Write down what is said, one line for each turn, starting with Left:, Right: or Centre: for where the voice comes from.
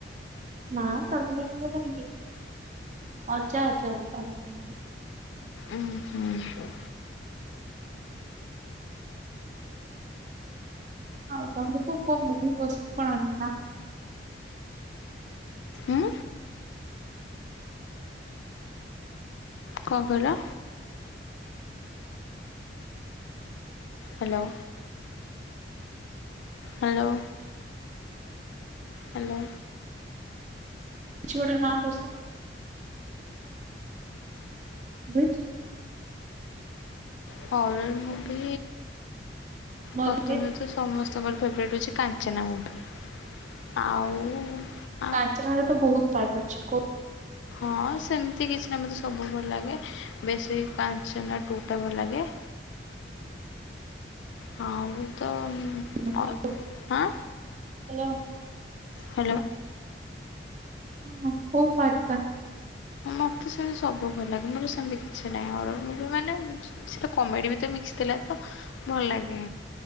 Right: ନା ଡର ଲାଗିବ କାହିଁକି ମଜା ଆସେ ତା ଘରେ।
Left: ଉୁଁ ହୁଁ।
Right: ଆଉ ତମକୁ କୋଉ ମୁଭି ପସ୍ କଣ <inaudible>
Left: ଉଁ। କ କହିଲ? ହାଲୋ। ହାଲୋ। ହାଲୋ।
Right: କିଛି ଗୋଟେ ନା ପସନ୍ଦ <unintelligible>
Left: ହରଣ ମୁଭି
Right: ଭଲ
Left: ପ୍ରଥମେ।
Right: ଯେ
Left: ତ ସମସ୍ତଙ୍କର ଫେବରେଟ୍ ହେଉଛି କାଞ୍ଚନା ମୁଭି ଆଉ ଆ
Right: ପାଞ୍ଚରାରେ ତ ବହୁତ୍ ପାଟ୍ ଅଛି କଉ?
Left: ହଁ ସେମିତି କିଛି ନା ମୋତେ ସବୁ ଭଲ ଲାଗେ ବେଶୀ କାଞ୍ଚନା ଟୁ ଟା ଭଲ ଲାଗେ। ହଁଉ ତ
Right: ହାଲୋ।
Left: ଅ ହାଁ ହାଲୋ।
Right: ହଁ କୋଉ ପାଟ୍ ଟା?
Left: ମତେ ସେମିତି ସବୁ ଭଲ ଲାଗେ ମାନେ ସେମିତି କିଛି ନାହିଁ ମୁଁ ବି ମାନେ। ସେଟା କମେଡ଼ି ବି ତ ମିକ୍ସ ଥିଲା ତ ଭଲ ଲାଗେ।